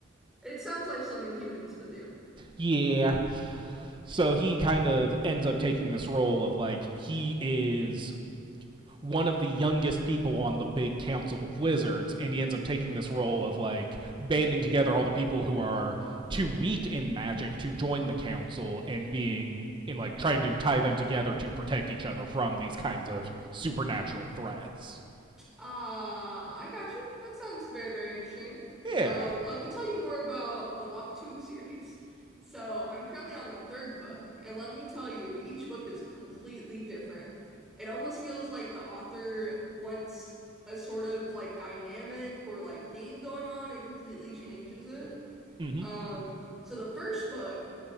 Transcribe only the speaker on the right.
Yeah. So he kind of ends up taking this role of like he is one of the youngest people on the big council of wizards and he ends up taking this role of like banding together all the people who are too weak in magic to join the council and being in like trying to tie them together to protect each other from these kinds of supernatural threats.
Yeah.
hmm